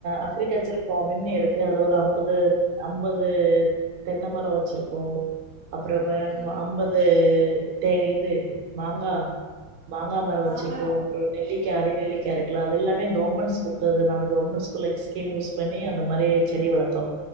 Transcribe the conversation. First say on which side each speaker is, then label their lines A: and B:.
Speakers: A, on the right (about 80°); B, on the right (about 60°).
A: அக்ரிகல்சர் ஃபார்மிங்னு இருக் கு அதுல ஒரு அம்பது அம்பது தென்ன மரொ வச்சிருக்கோ அப்பறமே
B: ஓகே
A: ம அம்பது தே இது மாங்கா மாங்கா மரோ
B: மாமரோ
A: வச்சிருக்கோ அப்ற நெல்லி
B: ஆ
A: க்க அறிநெல்லிக்கா இருக்லா அதெல்லாமே கவர்மெண்ட்ஸ் குடுத்ததுதா கவர்மெண்ட்ஸ் ஸ்கீம் யூஸ் பண்ணி அந்த மாரி செடி வளத்தோ